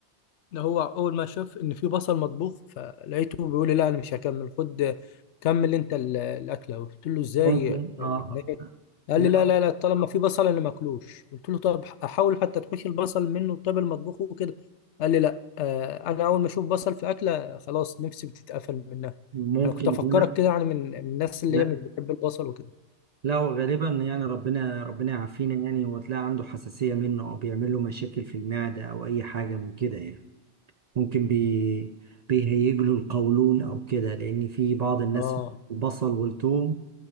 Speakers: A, on the left; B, on the right.
A: ده هو اول ما شاف ان في بصل مطبوخ فلقيته بيقول لي لا انا مش هكمل خد كمل انت ال- الاكله قلت له ازاي
B: ممكن
A: يعني
B: اه
A: إيه؟ قال
B: لا
A: لي لا لا لا طالما في بصل انا ماكلوش قلت له طب احاول حتى تحوش البصل منه طب المطبوخ وكده قال لي لا آه، انا اول ما اشوف بصل في اكله خلاص نفسي بتتقفل منها
B: ممكن
A: انا كنت افكرك
B: يكون
A: كده يعني من من الناس اللي
B: لا
A: هي مش بتحب البصل وكده
B: لا هو غالبا يعني ربنا ربنا يعافينا يعني هو تلاقي عنده حساسيه منه او بيعمل له مشاكل في المعده او اي حاجه من كده يعني ممكن بي بيهيج له القولون او كده لان في بعض الناس
A: اه
B: البصل والثوم